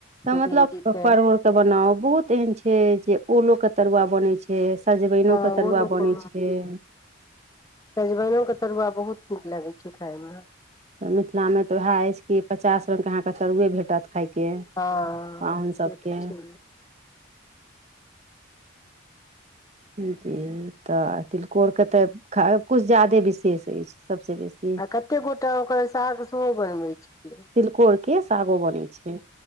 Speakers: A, on the right; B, on the left.
A: तऽ
B: भिण्डीके
A: मतलब परोर के बनाउ बहुत एहन छै जे ओलो के तरुआ बने छै से सजमइनोके
B: हँ
A: तरुआ
B: ओलूके
A: बनै छै
B: सजमनइनोके तरुआ बहुत नीक लागै छै खायमे
A: तऽ मिथिला मे तऽ उएह अछि कि पचास रंग के अहाँके तरुए भेटत खाय के
B: हँ
A: पाहुन
B: से
A: सभके
B: तऽ छै
A: जी तऽ तिलकोर के ते ख कुछ ज्यादे विशेष अछि सबसे बेसी
B: कते गोटा ओकर साग सेहो बनबै छै
A: तिलकोर के सागो बनै छै